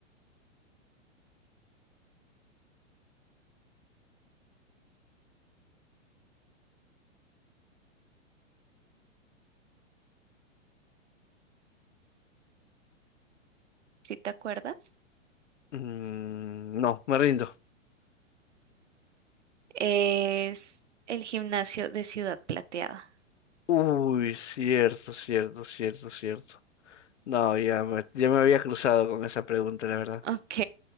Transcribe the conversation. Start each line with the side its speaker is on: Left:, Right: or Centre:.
Right: ¿Sí te acuerdas?
Left: mm, no, me rindo.
Right: Es el gimnasio de Ciudad Plateada.
Left: Uy, cierto, cierto, cierto, cierto. No, ya me, ya me había cruzado con esa pregunta, la verdad.
Right: Ok.